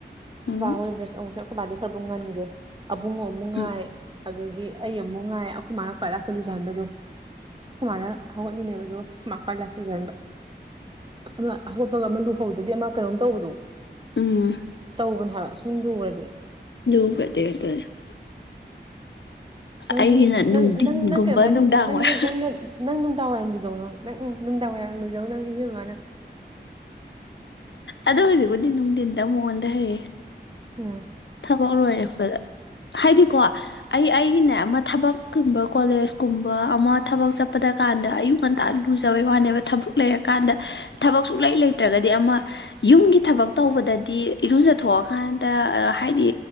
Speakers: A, on the left; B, on the right.
A: ꯎꯝ
B: ꯈꯨꯕꯥ ꯑꯣꯏꯕ꯭ꯔꯦꯁ ꯑꯨ ꯁꯔ ꯈꯨꯕꯥꯗꯤ ꯈꯔꯕꯨꯨꯡ ꯉꯟꯒꯦ ꯑꯕꯨꯡ ꯑꯃꯨꯛ ꯉꯥꯏ
A: ꯎꯝ
B: ꯑꯗꯒꯤ ꯑꯩ ꯑꯃꯨꯛ ꯉꯥꯏ ꯑꯩꯈꯣꯏ ꯃꯥꯅ ꯈ꯭ꯋꯥꯏ ꯂꯥꯛꯇ ꯂꯨꯖꯍꯟꯕꯗꯣ ꯑꯩꯈꯣꯏ ꯃꯥꯥꯏꯅ ꯍꯧꯒꯠꯂꯤꯅꯦꯕ <unintelligible> ꯈ꯭ꯋꯥꯏ ꯂꯥꯏꯇꯨꯖꯟꯕ ꯑꯃ ꯑꯒꯣꯠꯄꯒ ꯑꯃ ꯂꯨꯍꯧꯗꯗꯤ ꯑꯃ ꯀꯩꯅꯣꯝ ꯇꯧꯕꯗꯣ
A: ꯎꯝ
B: ꯇꯧꯕꯅꯦ ꯍꯥꯏ <unintelligible> ꯂꯨꯔꯗꯤ
A: <unintelligible>
B: ꯅꯪꯗꯤ
A: ꯑꯩꯒꯤꯅ ꯅꯨꯡꯊꯤꯟꯒꯨꯝꯕ
B: ꯅꯪ ꯅꯪ ꯅꯪ ꯀꯩꯅꯣ ꯍꯥꯏꯒꯦ
A: ꯅꯨꯡꯗꯥꯡ
B: ꯅꯪꯒꯤ
A: ꯋꯥꯏꯔꯝ
B: ꯅꯪꯅ ꯅꯪ ꯅꯨꯡꯗꯥꯡ ꯋꯥꯏꯔꯝ ꯂꯨꯖꯧ ꯅꯣ ꯅꯪ ꯅꯨꯡꯗꯥꯡ ꯋꯥꯏꯔꯝ ꯂꯣꯏꯖꯧ ꯅꯪ ꯏꯕꯦꯝ ꯃꯃꯥꯅ
A: ꯑꯗꯣ ꯍꯧꯖꯤꯛꯄꯨꯗꯤ ꯅꯨꯡꯊꯤꯟꯗ ꯑꯃꯨꯛ ꯑꯣꯟꯊꯔꯦ
B: ꯎꯝ
A: ꯊꯕꯛ ꯂꯣꯏꯔꯦ ꯑꯩꯈꯣꯏꯗ ꯍꯥꯏꯗꯤꯀꯣ ꯑꯩ ꯑꯩꯒꯤꯅꯦ ꯑꯃ ꯊꯕꯛꯀꯨꯝꯕ ꯀꯣꯂꯦꯖꯀꯨꯝꯕ ꯑꯃ ꯊꯕꯛ ꯆꯠꯄꯗ ꯀꯥꯟꯗ ꯑꯌꯨꯛ ꯉꯟꯇꯥ ꯂꯨꯖꯕꯩ ꯋꯥꯅꯦꯕ ꯊꯕꯛ ꯂꯩꯔꯀꯥꯟꯗ ꯊꯕꯛ ꯁꯨꯛ ꯂꯩꯩ ꯂꯩꯇ꯭ꯔꯒꯗꯤ ꯑꯃ ꯌꯨꯝꯒꯤ ꯊꯕꯛ ꯇꯧꯕꯗꯗꯤ ꯏꯔꯨꯖꯊꯣꯛꯑꯀꯥꯟꯗ ꯍꯥꯏꯗꯤ